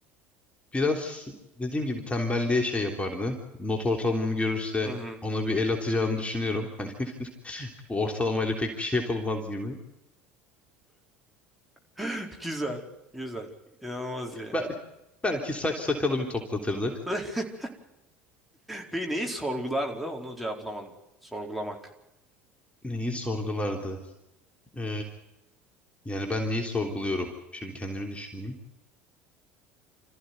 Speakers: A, on the left; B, in the centre.
A: biraz dediğim gibi tembelliğe şey yapardı. Not ortalamamı görürse
B: <laughs> Hı hı.
A: ona bir el atacağını düşünüyorum. Hani <laughs> bu ortalamayla pek bir şey yapılmaz gibi.
B: <laughs> Güzel. Güzel. İnanılmaz iyi.
A: Bel belki saç sakalı bir toplatırdı.
B: <laughs> Peki neyi sorgulardı? Onu cevaplamadım. Sorgulamak.
A: Neyi sorgulardı? Ee, yani ben neyi sorguluyorum? Şimdi kendimi düşüneyim.